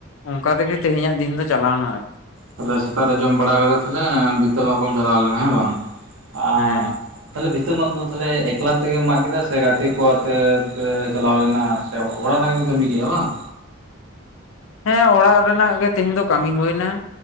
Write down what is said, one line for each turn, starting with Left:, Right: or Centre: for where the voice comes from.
Left: ᱚᱱᱠᱟ ᱛᱮᱜᱮ ᱛᱮᱦᱮᱧᱟᱜ ᱫᱤᱱ ᱫᱚ ᱪᱟᱞᱟᱣᱱᱟ ᱟᱨ
Right: ᱛᱟᱦᱞᱮ ᱥᱮᱛᱟᱜ ᱨᱮ ᱡᱚᱢ ᱵᱟᱲᱟ ᱠᱟᱛᱮ ᱛᱟᱞᱮ ᱵᱤᱛᱟᱹ ᱢᱟᱜ ᱠᱚᱢ ᱪᱟᱞᱟᱣ ᱞᱮᱱᱟ ᱦᱮᱸ ᱵᱟᱝ ᱟ
Left: ᱦᱮᱸ
Right: ᱛᱟᱦᱞᱮ ᱵᱷᱤᱛᱟᱹ ᱢᱟᱜ ᱫᱚ ᱛᱟᱦᱞᱮ ᱮᱠᱞᱟ ᱛᱮᱜᱮᱢ ᱢᱟᱜ ᱠᱮᱫᱟ ᱥᱮ ᱜᱟᱛᱮ ᱠᱚ ᱟᱛᱮ ᱪᱟᱞᱟᱣ ᱞᱮᱱᱟ ᱚᱲᱟᱜ ᱨᱮᱱᱟᱜᱱᱟᱜ ᱜᱮᱢ ᱠᱟᱹᱢᱤ ᱜᱮᱭᱟ ᱵᱟᱝ?
Left: ᱦᱮᱸ ᱚᱲᱟᱜ ᱨᱮᱱᱟᱜ ᱜᱮ ᱛᱮᱦᱮᱧ ᱫᱚ ᱠᱟᱹᱢᱤ ᱦᱩᱭ ᱱᱟ᱾